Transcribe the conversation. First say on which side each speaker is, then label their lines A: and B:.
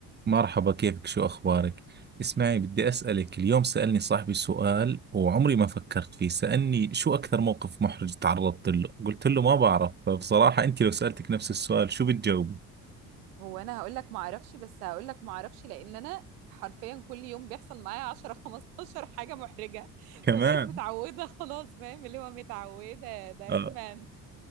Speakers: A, on the right; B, on the right.
A: مرحبا كيفك شو أخبارك؟ اسمعي بدي أسألك اليوم سألني صاحبي سؤال وعمري ما فكرت فيه سألني شو أكثر موقف محرج تعرضت له؟ قلت له ما بعرف فبصراحة أنت لو سألتك نفس السؤال شو بتجاوبي؟
B: هو انا هقول لك ما اعرفش بس هقول لك ما اعرفش لان انا حرفيا كل يوم بيحصل معايا 10 15 <laughs> حاجه محرجه
A: كمان
B: فبقيت متعوده خلاص فاهم اللي هو متعوده دايما
A: آه.